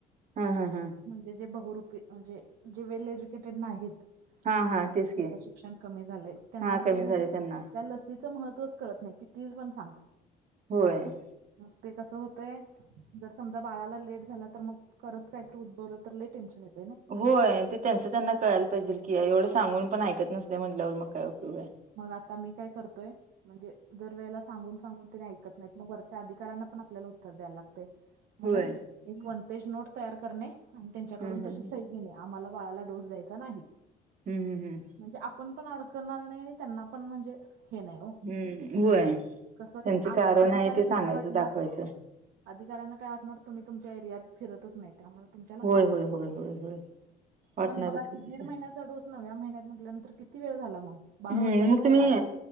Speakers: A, on the right; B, on the right.
A: हा हा हा.
B: म्हणजे जे बहुरुपी म्हणजे जे वेल एज्युकेटेड नाहीत
A: हा हा
B: ज्यांच
A: तेच की
B: शिक्षण कमी झाले त्यांना
A: हा कमी
B: ते म्हणजे
A: झाले त्यांना
B: त्या लसीचं महत्त्वच करत नाही किती पण सांगा.
A: होय.
B: मग ते कसं होतय. जर समजा बाळाला लेट झाला तर मग करत काहीतरी उद्भवलं तर ल टेन्शन येते ना.
A: होय ते त्यांचं त्यांना कळायला पाहिजे की एवढं सांगून पण ऐकत नसते म्हटल्यावर मग काय उयोग आहे.
B: मग आता मी काय करतोय म्हणजे दर वेळेला सा सांगून सांगून तेने ऐकत नाहीत मग वरच्या अधिकाऱ्यांना पण आपल्याला उत्तर द्यायला लागत म्हणून
A: होय
B: एक वन पेज नोट तयार करणे आणि त्यांच्याकडून
A: हम्म हम्म
B: तशी सही घेणे आम्हाला बाळाला डोस द्यायचा नाही
A: हम्म हम्म हम्म.
B: म्हणजे आपण पण अडकणार नाही आणि त्यांना पण म्हणजे हे नाही हो
A: हम्म होय
B: कस
A: त्यांचं
B: अ
A: कारण
B: अधिकाऱ्यांना
A: आहे ते सांगायचं
B: काय वाटणार
A: दाखवायचं
B: अधिकाऱ्यांना काय वाटणार तुम्ही तुमच्या एरियात फिरतच नाहीत. त्यामुळे तुमच्या लक्षात
A: होय
B: येत
A: होय
B: नाही
A: होय होय होय वाटणारच
B: पण बघा
A: कि
B: की
A: तस
B: दीड महिन्याच डोस नव्या महिन्या म्हटल्यानंतर किती वेळ झाला मग. बाळ
A: हम्म
B: वर्षाचं
A: मग
B: व्हायला
A: तुम्ही
B: आलं